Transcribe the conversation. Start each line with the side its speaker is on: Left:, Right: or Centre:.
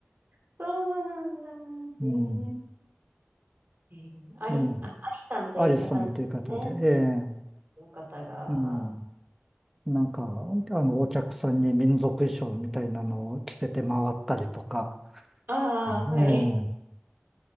Right: そうなんだ。
Centre: うん。
Right: へえ。へえあり、
Centre: ええ
Right: あ、ありさんという方なんですね。
Centre: アリさんという方で、ええ
Right: この方が。
Centre: うん。
Right: あ
Centre: なんか、あの、お客さんに民族衣装みたいなのを着せて回ったりとか、
Right: あ、
Centre: うんええ
Right: はい。